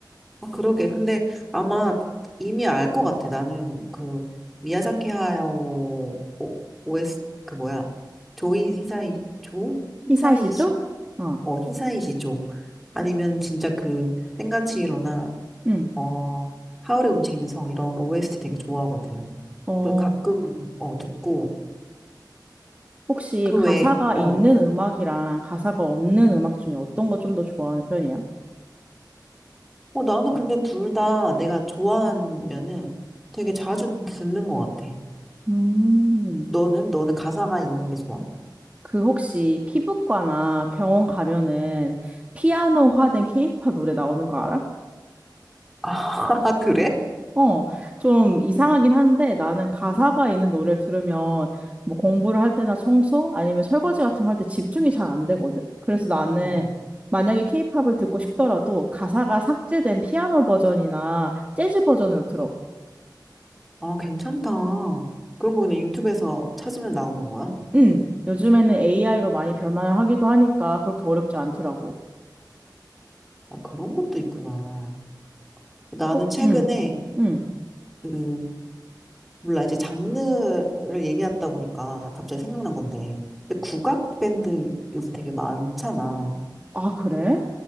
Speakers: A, in the centre; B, on the right.
A: 아, 그러게. 근데 아마 이미 알 것 같아. 나는 그 미야자키 하야오 오- 에스 그 뭐야? 조이 히사이 조 히사이시?
B: 히사이시죠? 어,
A: 어, 히사이시 조. 아니면 진짜 그 텐가치히로나
B: 응.
A: 어, 하울의 움직이는 성 이런 OST 되게 좋아하거든.
B: 어,
A: 그래서 가끔 어 듣고
B: 혹시
A: 그
B: 가사가
A: 외에 어,
B: 있는 음악이랑 가사가 없는 음악 중에 어떤 거 좀 더 좋아하는 편이야?
A: 어 나는 근데 둘 다 내가 좋아하면은 되게 자주 듣는 것 같아.
B: 음.
A: 너는 너는 가사가 있는 게 좋아?
B: 그 혹시 피부과나 병원 가면은 피아노화된 케이팝 노래 나오는 거 알아?
A: 아, <laughs> 그래?
B: 어, 좀 이상하긴 한데 나는 가사가 있는 노래를 들으면 뭐 공부를 할 때나 청소 아니면 설거지 같은 거 할 때 집중이 잘 안 되거든? 그래서 나는
A: 어.
B: 만약에 케이팝을 듣고 싶더라도 가사가 삭제된 피아노 버전이나 재즈 버전으로 들어.
A: 아, 괜찮다. 그런 거 그냥 유튜브에서 찾으면 나오는 거야?
B: 응. 요즘에는 AI로 많이 변화를 하기도 하니까 그렇게 어렵지 않더라고.
A: 아, 그런 것도 있구나. 나는
B: 꼭,
A: 최근에
B: 응, 응.
A: 그 몰라, 이제 장르를 얘기하다 보니까 갑자기 생각난 건데. 근데 국악 밴드 요새 되게 많잖아.
B: 아, 그래?